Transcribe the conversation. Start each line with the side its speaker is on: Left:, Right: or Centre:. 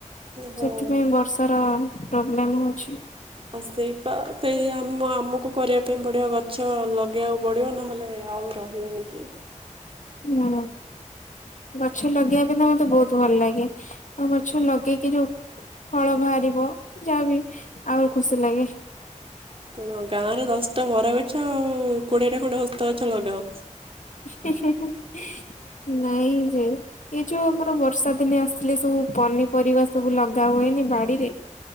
Right: ହଁ
Left: ସେଥିପାଇଁ ବର୍ଷାର ପ୍ର। <unintelligible>
Right: ଆଉ ସେଇ ପା ସେଇ ଆମ ଆମୁକୁ କରିବା ପାଇଁ ପଡ଼ିବ ଗଛ ଲଗେଇବାକୁ ପଡ଼ିବ, ନହେଲେ ଆଉ ରହିବେନି କେଇ।
Left: ହୁଁ ଗଛ ଲଗେଇବା ପାଇଁ ନା ମତେ ବୋହୁତ ଭଲ ଲାଗେ। ଆଉ ଗଛ ଲଗେଇକି ଯୋଉ ଫଳ ବାହାରିବ, ଯାହା ବି ଆହୁରି ଖୁସି ଲାଗେ।
Right: ଶୁଣ ଗାଁରେ ଦଶଟା ବର ଗଛ କୋଡିଏଟା ଖଣ୍ଡେ ଓସ୍ତ ଗଛ ଲଗାଅ।
Left: ନାଇଁ ଯେ ଏ ଯୋଉ ଆମର ବର୍ଷା ଦିନେ ଆସିଲେ ସବୁ ପନିପରିବା ସବୁ ଲଗା ହୁଏନି ବାଡିରେ